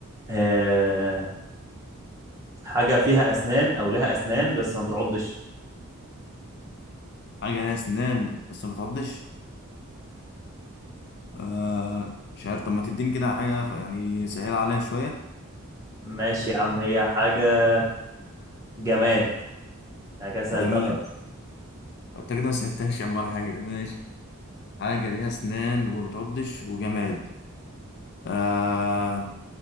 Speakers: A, on the right; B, on the left.
A: أه... حاجه فيها اسنان او لها اسنان بس ما بتعضش
B: حاجة لها أسنان بس ما بتعضش آه مش عارف طب ما تديني كده حاجة ف- يعني سهل عليها شوية
A: ماشي يا عم هي حاجه جماد انا كده سهلتها
B: جماد
A: خالص
B: أنت كده ما سهلتهاش يا عم ولا حاجة ماشي حاجة ليها أسنان وما بتعضش وجماد آه